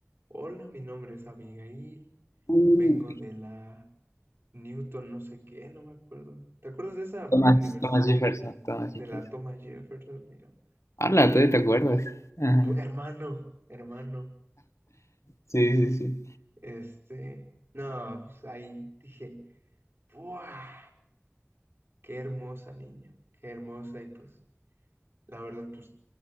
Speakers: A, on the right; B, on the left.
A: hola, mi nombre es Abigail,
B: Uy,
A: vengo de la Newton, no sé qué, no me acuerdo. ¿Te acuerdas de esa
B: Thomas,
A: universidad?
B: Thomas Jefferson, Thomas Jefferson.
A: De la Thomas Jefferson. Y yo,
B: Habla, todavía te acuerdas. Ajá.
A: "Pu- hermano, hermano,
B: Sí, sí, sí.
A: este, no, pues ahí dije, ¡buah! ¡Qué hermosa niña! ¡Qué hermosa! Y pues La verdad, pues,